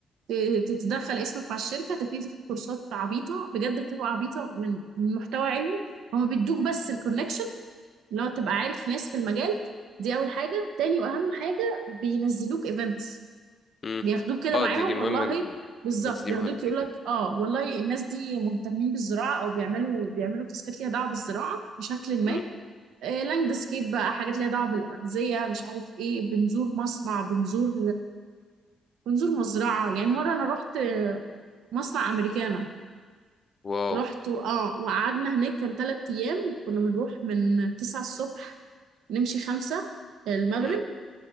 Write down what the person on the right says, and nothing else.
ت- تتدخل اسمك مع الشركه تبتدي تاخد كورسات عبيطه بجد بتبقى عبيطه من من محتوى علمي هما بيدوك بس الكونكشن اللي هو تبقى عارف ناس في المجال دي اول حاجه تاني واهم حاجه بينزلوك ايفنتس
بياخدوك كده
معاهم
والله
بالظبط
بياخدوك
يقول
لك اه والله الناس دي مهتمين بالزراعه او بيعملوا بيعملوا تاسكات ليها دعوه بالزراعه بشكل ما
آه، لاند سكيب بقى حاجات ليها دعوه بالاغذيه مش عارف ايه بنزور مصنع بنزور ونزور مزرعة يعني مرة أنا رحت مصنع أمريكانا
رحت و- اه وقعدنا هناك كان تلات أيام كنا بنروح من تسعة الصبح نمشي خمسة آه، المغرب